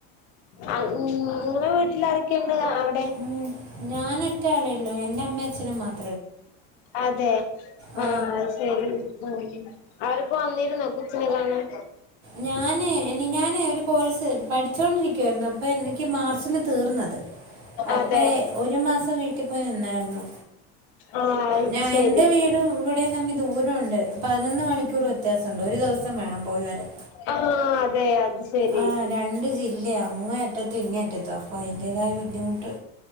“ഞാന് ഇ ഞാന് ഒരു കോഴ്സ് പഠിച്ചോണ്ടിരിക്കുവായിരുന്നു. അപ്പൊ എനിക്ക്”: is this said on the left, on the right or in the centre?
Right